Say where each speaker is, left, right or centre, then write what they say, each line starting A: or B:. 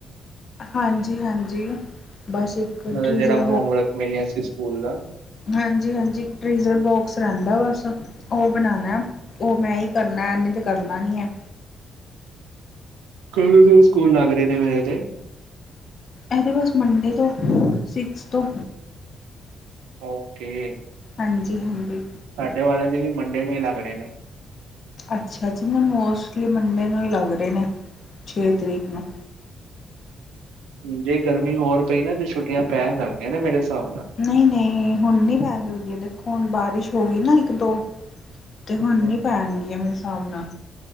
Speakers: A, on the left (about 55°); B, on the right (about 80°).
A: ਹਾਂਜੀ- ਹਾਂਜੀ ਬਸ
B: ਮਤਲਬ
A: ਟ੍ਰੀਜ਼ਰ
B: ਜਿਹੜਾ ਹੋਮਵਰਕ ਮਿਲਿਆ ਸੀ ਸਕੂਲ ਦਾ
A: ਹਾਂਜੀ -ਹਾਂਜੀ ਟ੍ਰੀਜ਼ਰ ਬੋਕਸ ਰਹਿੰਦਾ ਬਸ। ਉਹ ਬਣਾਨਾ, ਉਹ ਮੈਂ ਈ ਕਰਨਾ, ਇਨੇ ਤੇ ਕਰਨਾ ਨਹੀਂ ਹੈ।
B: ਕਿਹੜੇ ਦਿਨ ਸਕੂਲ ਲੱਗ ਰਹੇ ਨੇ ਮੇਰੇ ਤੇ?
A: ਇਹਦੇ ਬਸ ਮੰਡੇ ਤੋਂ ਸਿਕਸ ਤੋਂ।
B: ਓਕੇ।
A: ਹਾਂਜੀ ਹੰਦੀ।
B: ਸਾਡੇ ਵਾਲਿਆਂ ਦੇ ਵੀ ਮੰਡੇ ਨੂੰ ਹੀ ਲੱਗ ਰਹੇ ਨੇ।
A: ਅੱਛਾ ਜੀ, ਨੇ ਮੋਸਟਲੀ ਮੰਡੇ ਨੂੰ ਹੀ ਲੱਗ ਰਹੇ ਨੇ, ਛੇ ਤਰੀਕ ਨੂੰ।
B: ਜੇ ਗਰਮੀ ਹੋਰ ਪਈ ਨਾ ਤੇ ਛੁੱਟੀਆਂ ਪੈ ਸਕਦੀਆਂ ਨੇ ਮੇਰੇ ਹਿਸਾਬ ਨਾਲ।
A: ਨਹੀਂ- ਨਹੀਂ ਹੁਣ ਨਹੀਂ ਪੈ ਸਕਦੀ ਹੈ, ਦੇਖੋ, ਹੁਣ ਬਾਰਿਸ਼ ਹੋ ਗਈ ਨਾ ਇੱਕ ਦੋ। ਤੇ
B: ਅੱਛਾ,
A: ਹੁਣ ਨੀ ਪੈਣਗੀਆਂ ਮੇਰੇ ਹਿਸਾਬ ਨਾਲ।